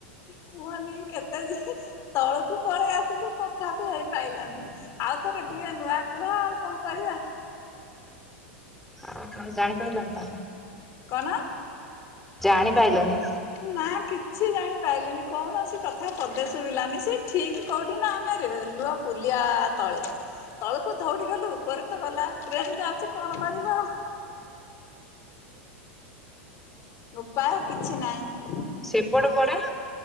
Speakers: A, on the left; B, in the centre.
A: କୁହନି କେତେ ଯେ ତଳକୁ ପଳେଇ ଆସିଲି ତଥାପି ହେଇପାଇଲାନି। ଆଉଥରେ ଟିକେ ନୂଆ କୁହ ଆଉ କଣ କରିବା?
B: ହଁ ହଁ ଜାଣିପାରିଲାନି ତାହେଲେ।
A: କଣ?
B: ଜାଣିପାଇଲନି?
A: ନା କିଛି ଜାଣିପାଇଲିନି କୌଣସି କଥା ପଦେ ଶୁଭିଲାନି। ସେ ଠିକ କୋଉଠି ନା ଆମେ ରେଲୁୱ ପୁଲିଆ ତଳେ। ତଳକୁ ଧଉଡି଼ ଗଲୁ ଉପରେ ତ ଗଲା ଟ୍ରେନ ଯାଉଛି କଣ କରିବୁ ଆଉ? ଉପାୟ କିଛି ନାହିଁ।
B: ସେପଟ କୁଆଡ଼େ?